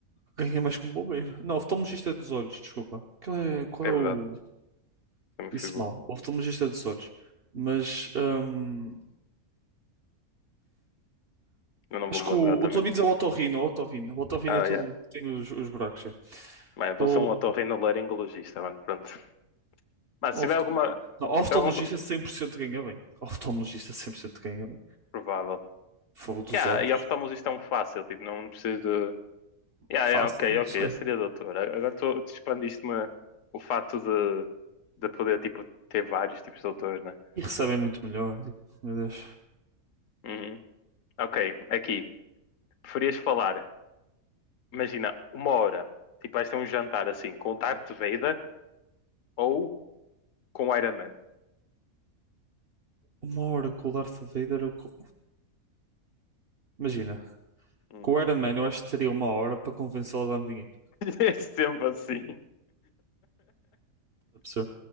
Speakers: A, on the right; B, on the left.
A: Ganhei mais que um bombeiro. Não, oftalmologista é dos olhos, desculpa. Qual é, qual
B: É
A: é
B: verdade.
A: o.
B: Eu me figuro.
A: Disse mal. Oftalmologista é dos olhos. Mas hum,
B: Eu não
A: acho
B: vou me
A: que
B: lembrar
A: o,
B: também.
A: o dos ouvidos é o otorrino, é o otorrino. O otorrino
B: Ah,
A: é tudo,
B: yeah.
A: tem os, os buracos. já.
B: Mano, vou
A: O,
B: ser um otorrinolaringologista, mano, pronto. Mas
A: o
B: se
A: oftal-
B: tiver alguma... Se
A: não, oftalmologista
B: tiver algum... do-
A: 100% ganha bem. Oftalmologista 100% ganha bem.
B: Provável.
A: Fogo dos
B: Yeah,
A: olhos,
B: e oftalmologista é um fácil, tipo, não, não preciso de... Yeah,
A: fácil,
B: yeah, ok,
A: não
B: ok,
A: sei.
B: eu seria doutor. A- Agora tu, tu expandiste-me o fato de, de poder, tipo, ter vários tipos de doutores, né?
A: E recebem muito melhor. tipo, meu Deus.
B: Uhum. Ok, aqui. Preferias falar, imagina, uma hora. Tipo, vais ter um jantar, assim, com o Darth Vader ou com o Iron Man?
A: Uma hora com o Darth Vader. eu co- Imagina,
B: Hum.
A: com o Iron Man eu acho que teria uma hora para convencê-lo a dar-me dinheiro.
B: <laughs> É sempre assim.
A: tá